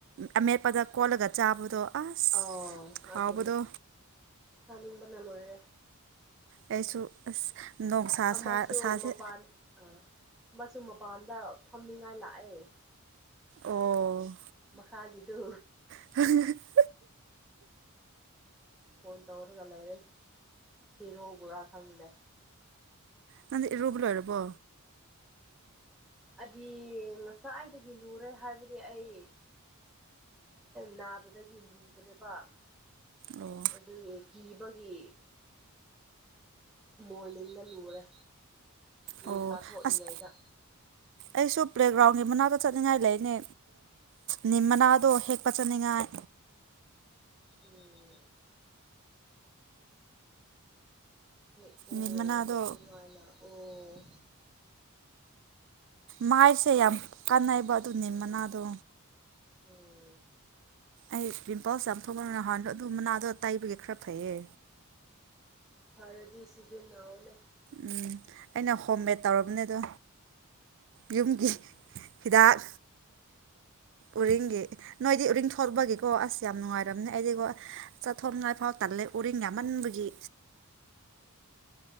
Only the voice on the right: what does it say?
ꯑꯃꯦꯠꯄꯗ ꯀꯣꯠꯂꯒ ꯆꯥꯕꯗꯣ ꯑꯁ
ꯍꯥꯎꯕꯗꯣ
ꯑꯩꯁꯨ ꯑꯁ ꯅꯣꯡꯁꯥ
ꯁꯥꯁꯦ
ꯑꯣ
<unintelligible>
ꯅꯪꯗꯤ ꯏꯔꯨꯕ ꯂꯣꯏꯔꯕꯣ
ꯑꯣ
ꯑꯣ
ꯑꯁ ꯑꯩꯁꯨ ꯄ꯭ꯂꯦꯒ꯭ꯔꯥꯎꯟꯒꯤ ꯃꯅꯥꯛꯇ ꯆꯠꯅꯤꯡꯉꯥꯏ ꯂꯩꯅꯦ꯫ ꯅꯤꯝ ꯃꯅꯥꯗꯣ ꯍꯦꯛꯄ ꯆꯠꯅꯤꯡꯉꯥꯏ꯫
ꯅꯤꯝ ꯃꯅꯥꯗꯣ
ꯃꯥꯏꯁꯦ ꯌꯥꯝ ꯀꯥꯟꯅꯩꯕ ꯑꯗꯨꯢ ꯅꯤꯝ ꯃꯅꯥꯗꯣ꯫
ꯑꯩ ꯄꯤꯝꯄꯜꯁ ꯌꯥꯝ ꯊꯣꯛꯄꯗꯣ ꯍꯥꯎꯍꯟꯂꯣ ꯑꯗꯨ ꯃꯅꯥꯗꯣ ꯇꯩꯕꯒꯤ ꯈꯔ ꯐꯩꯌꯦ꯫
ꯎꯝ ꯑꯩꯅ ꯍꯣꯝ ꯃꯦꯠ ꯇꯧꯔꯕꯅꯦꯗꯣ꯫ ꯌꯨꯝꯒꯤ
ꯍꯤꯗꯥꯛ꯫
ꯎꯔꯤꯡꯒꯤ ꯅꯣꯏꯗꯤ ꯎꯔꯤꯡ ꯊꯣꯔꯛꯄꯒꯤꯀꯣ ꯑꯁ ꯌꯥꯝ ꯅꯨꯡꯉꯥꯏꯔꯝꯅꯤ ꯑꯩꯗꯤꯀꯣ ꯆꯠꯊꯣꯛꯉꯥꯏꯐꯥꯎ ꯇꯜꯂꯦ ꯎꯔꯤꯡ ꯌꯥꯝꯃꯟꯕꯒꯤ꯫